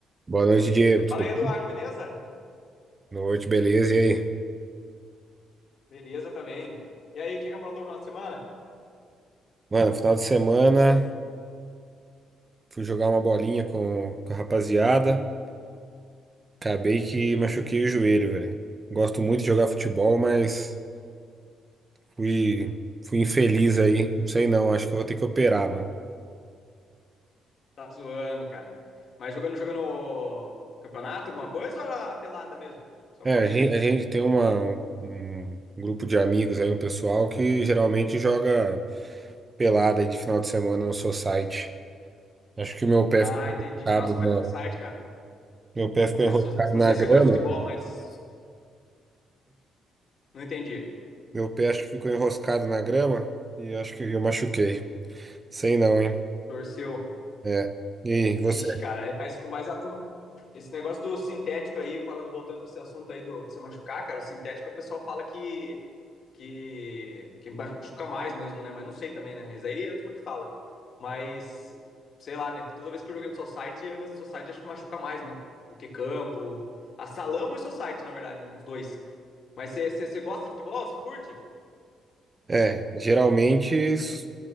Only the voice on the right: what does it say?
Boa noite, Diego. Tudo
bom?
Boa noite, beleza? E aí?
Mano, final de semana fui jogar uma bolinha com, com a rapaziada. Acabei que machuquei o joelho, velho. Gosto muito de jogar futebol, mas fui, fui infeliz aí. Não sei não, acho que eu vou ter que operar, mano.
É,
a gente, a gente tem uma, um um grupo de amigos aí, um pessoal que geralmente joga pelada aí de final de semana no society. Acho que o meu pé
ficou
enroscado
na,
meu pé ficou
enroscado
na
grama.
Meu pé acho que ficou enroscado na grama e acho que eu machuquei. Sei não, hein?
É. E aí, você?
É, geralmente isso-